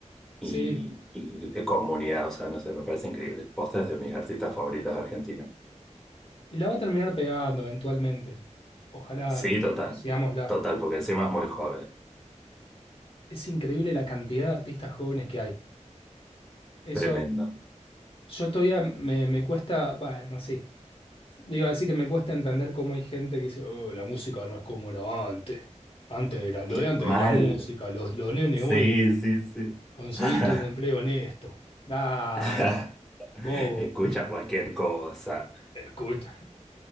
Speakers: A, in the centre; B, on the left.
A: y,
B: Sí,
A: y de comunidad, o sea, no sé, me parece increíble. Posta es de mis artistas favoritas argentinas.
B: Y la va a terminar pegando eventualmente. Ojalá,
A: Sí, total,
B: sigámosla.
A: total, porque encima es muy joven,
B: Es increíble la cantidad de artistas jóvenes que hay. Eso,
A: tremendo.
B: yo todavía me, me cuesta, bueno, sí, digo, así que me cuesta entender cómo hay gente que dice, oh, la música no es como era antes. Antes era, lo
A: Le-
B: de antes
A: Mal.
B: era música, los, los nenes
A: Sí,
B: hoy,
A: sí, sí.
B: conseguiste
A: <laughs>
B: un empleo honesto. Dale,
A: <laughs>
B: bobo.
A: Escucha cualquier cosa.
B: <laughs> Escucha,